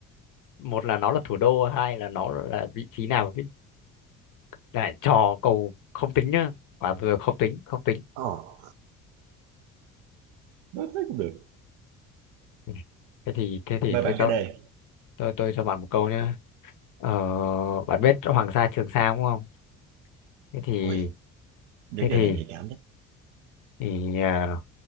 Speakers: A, on the left; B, on the right.
A: một là nó là thủ đô hai là nó là vị trí nào chứ lại trò cầu không tính nhá quả vừa không tính không tính
B: Ờ, nói thế cũng được
A: Ừ. thế thì thế thì
B: mời
A: tôi
B: bạn
A: cho
B: cái đề
A: tôi tôi cho bạn một câu nhé Ờ, bạn biết Hoàng Sa Trường Sa đúng không? Thế thì
B: ôi những
A: thế
B: đề
A: thì,
B: này nhạy cảm đấy
A: thì ờ,